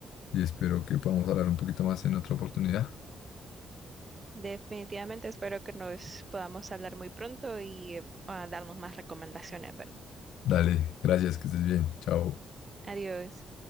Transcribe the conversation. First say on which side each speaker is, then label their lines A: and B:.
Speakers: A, on the left (about 85°); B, on the right (about 30°).
A: y espero que podamos hablar un poquito más en otra oportunidad.
B: Definitivamente espero que nos podamos hablar muy pronto y eh, a darnos más recomendaciones, ¿verdad?
A: Dale, gracias, que estés bien, chao.
B: Adiós.